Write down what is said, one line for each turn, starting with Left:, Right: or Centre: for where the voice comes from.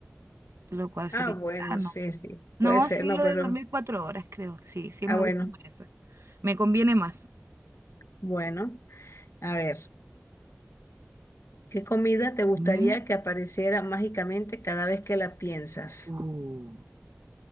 Right: lo cual sería
Left: Ah, bueno,
Right: sano.
Left: sí, sí,
Right: No,
Left: puede ser,
Right: sí,
Left: no,
Right: lo
Left: pero...
Right: de dormir cuatro horas, creo. Sí, sí
Left: Ah,
Right: me
Left: bueno,
Right: gusta más esa. Me conviene más.
Left: bueno. A ver. ¿Qué comida te gustaría
Right: Mm.
Left: que apareciera mágicamente cada vez que la piensas?
Right: Uh.